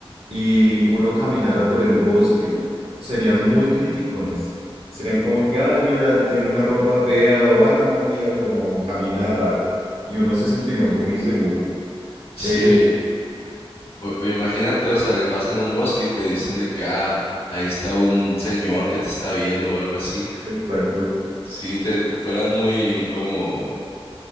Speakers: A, on the right; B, on the left.
A: y uno caminara por el bosque, serían muy criticones. Serían como que, ah, mira, tiene una ropa fea o, ah, no, mira, como camina de raro. Y uno se sentiría un poco inseguro.
B: Sí.
A: Eh, Sí.
B: O- o imagínate, o sea, vas en un bosque y te dicen de que, ah, ahí está un señor que te está viendo o algo así.
A: exacto.
B: si te fueran muy como,